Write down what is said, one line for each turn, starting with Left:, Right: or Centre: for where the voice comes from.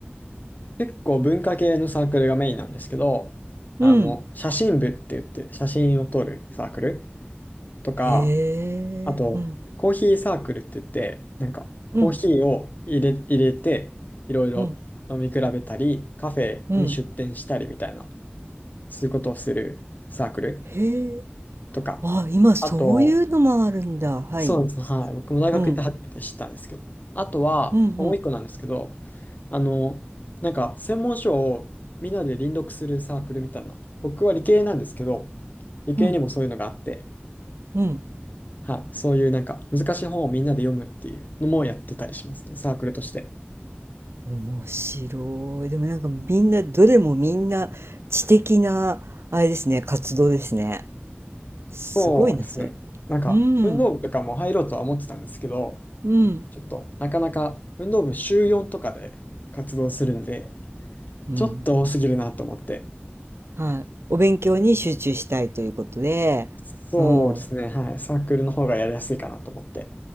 Left: 結構文化系のサークルがメインなんですけど、あの、
Right: うん。
Left: 写真部って言って写真を撮るサークルとか、
Right: へ
Left: あと、
Right: え、うん、
Left: コーヒーサークルって言って、なんか、コーヒーを入れ、
Right: うん、
Left: 入れて、いろいろ飲み比べたり、
Right: うん、
Left: カフェに出店したりみたいな、
Right: うん。
Left: そういうことをするサークル
Right: へえ、
Left: とか、
Right: あ、今そういうのもあるんだ。
Left: あと、
Right: はい。
Left: そうですね、はい、僕も大学行って初めて知ったんですけど、
Right: うん、
Left: あとは、
Right: うん、うん、
Left: もう一個なんですけど、あの、なんか、専門書をみんなで輪読するサークルみたいな、僕は理系なんですけど、理系にもそういうのがあって、
Right: うん、うん。
Left: はい、そういうなんか難しい本をみんなで読むっていうのもやってたりしますね、サークルとして。
Right: 面白い。でもなんかみんな、どれもみんな知的な、あれですね、活動ですね。すごいな、
Left: そうですね。
Right: それ。
Left: なんか運動部とかも入ろうとは思ってたんですけど、
Right: うん、うん、
Left: ちょっとなかなか運動部週4とかで活動するんで、
Right: うん。
Left: ちょっと多すぎるなと思って。
Right: はい。お勉強に集中したいということで、
Left: そうですね。
Right: うん。
Left: はい。サークルの方がやりやすいかなと思って